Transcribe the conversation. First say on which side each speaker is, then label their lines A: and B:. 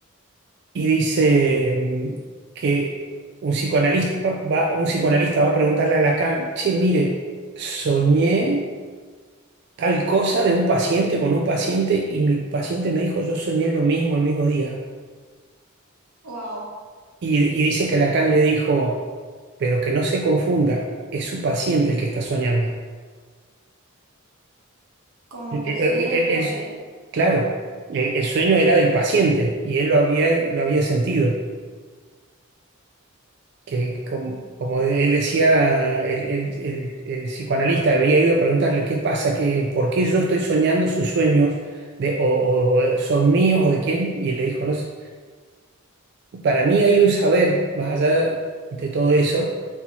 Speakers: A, on the right; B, on the right.
A: Y dice mm, que un psicoanalista va, un psicoanalista va a preguntarle a Lacan, che, mire, soñé tal cosa de un paciente con un paciente y mi paciente me dijo, yo soñé lo mismo el mismo día.
B: Wow,
A: Y, y dice que Lacan le dijo, pero que no se confunda, es su paciente el que está soñando.
B: como
A: El-
B: que
A: el-
B: el sueño
A: el-
B: no era
A: el-
B: de él.
A: claro, el, el sueño era del paciente y él lo había, lo había sentido. Que como, como él decía, el, el- el- el psicoanalista había ido a preguntarle qué pasa, que, por qué yo estoy soñando sus sueños de, o, o- o son míos o de quién, y le dijo, no sé, Para mí hay un saber, más allá de todo eso,